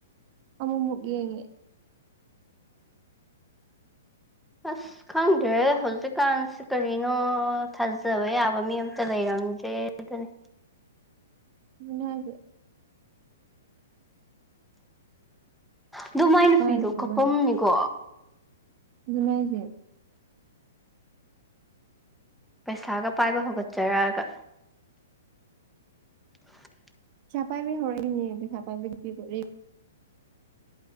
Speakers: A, on the right; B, in the centre.
A: ꯑꯃ ꯌꯦꯉꯦ
B: ꯑꯁ ꯈꯪꯗ꯭ꯔꯦ ꯍꯧꯖꯤꯛꯀꯥꯟꯁꯤ ꯀꯔꯤꯅꯣ ꯊꯥꯖꯕ ꯌꯥꯕ ꯃꯤ ꯑꯝꯇ ꯂꯩꯔꯝꯗ꯭ꯔꯦꯗꯅꯤ
A: ꯎꯦ
B: ꯑꯗꯨ ꯃꯥꯏ ꯅꯨꯄꯤꯗꯣ
A: ꯀꯥꯏꯗꯕ
B: ꯀꯞꯐꯝꯅꯤꯀꯣ
A: ꯉꯥꯏꯁꯦ
B: ꯄꯩꯁꯥꯒ ꯄꯥꯏꯕ ꯍꯧꯒꯠꯆꯔꯛꯑꯒ <inaudible>
A: ꯄꯩꯁꯥ ꯄꯥꯏꯕꯤ ꯍꯧꯔꯛꯏꯅꯦ ꯄꯩꯁꯥ ꯄꯥꯏꯕꯤꯒꯤ ꯄꯤꯦ